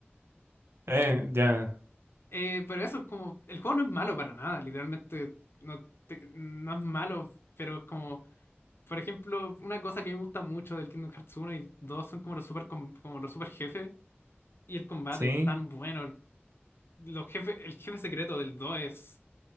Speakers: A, on the right (about 70°); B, on the left (about 65°).
A: Eh, ya,
B: Eh, pero eso es como, el juego no es malo para nada, literalmente no, te- no es malo, pero es como... Por ejemplo, una cosa que me gusta mucho del Kingdom Hearts uno y 2 son como los super, com- como los super jefes y el combate
A: sí.
B: es tan bueno. Los jefes, el jefe secreto del 2 es